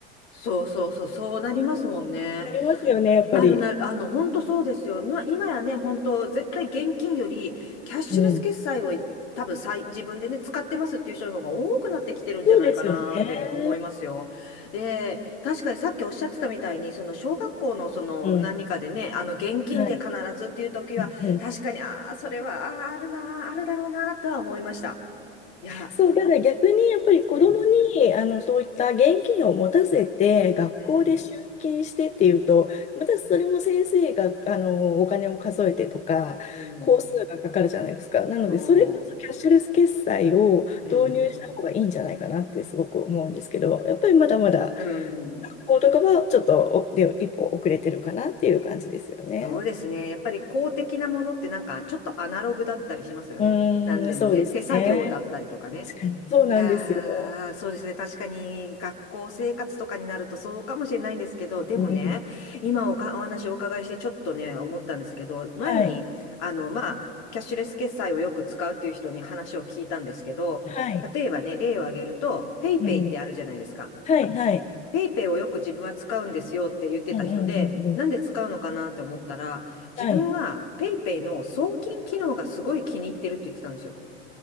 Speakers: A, on the left; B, on the left.
A: そうそうそう、そうなりますもんね。
B: ありますよね、やっぱり。
A: なるなる、あの、本当そうですよ。ま、今やね、本当絶対現金より、キャッシュレス決済を多分さい、
B: うん。
A: 自分でね、使ってますっていう人の方が多くなってきてるんじゃないかなって思いますよ。
B: そうですよね。
A: で、確かにさっきおっしゃってたみたいに、その小学校のその何かでね、
B: うん。
A: あの、現金で必ずっていう時は、
B: はい。うんうん
A: 確かに、ああ、それは、あーあるなー、あるだろうなーとは思いました。いや、
B: そう、ただ逆にやっぱり子供にあのそういった現金を持たせて学校で集金してっていうと、
A: うん、うん、
B: またそれも先生があのお金を数えてとか、
A: うん、
B: 工数がかかるじゃないですか。なので、
A: そ
B: それこそキャッシュレス決済を導入した方がいいんじゃないかなってすごく思うんですけど、
A: う、うん、
B: やっぱりまだまだ
A: うん、
B: 学校とかはちょっとおで一歩遅れてるかなっていう感じですよね。
A: そうですね。やっぱり公的なものってなんかちょっとアナログだったりしますよね。
B: う
A: なんでもね、
B: ーん、そうですね。
A: 手作業だったりとかね。
B: 確かに。そうなんですよ。
A: いやー、そうですね。確かに学校生活とかになるとそうかもしれないんですけど、
B: うん、
A: でもね、今おか、お話をお伺いしてちょっとね、思ったんですけど、前に、
B: はい。
A: あの、まあ、キャッシュレス決済をよく使うっていう人に話を聞いたんですけど、
B: はい。
A: 例えばね、例を挙げると、ペイペイってあるじゃないですか。
B: うん。はい、はい。
A: ペイペイをよく自分は使うんですよって言ってた人で、
B: うん、うん、うん、うん。
A: なんで使うのかなって思ったら、
B: はい。
A: 自分はペイペイの送金機能がすごい気に入ってるって言ってたんですよ。